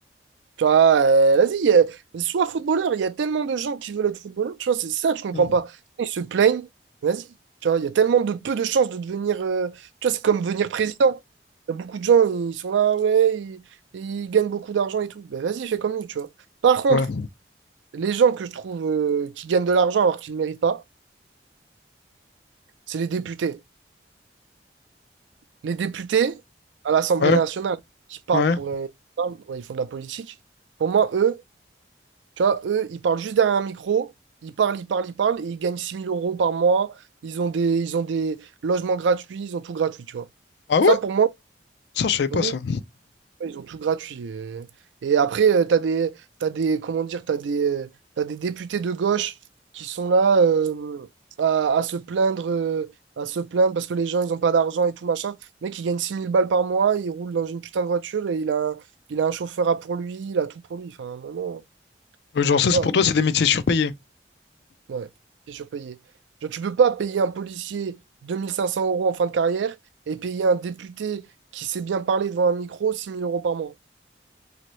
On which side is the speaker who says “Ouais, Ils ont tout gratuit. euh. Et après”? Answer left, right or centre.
Right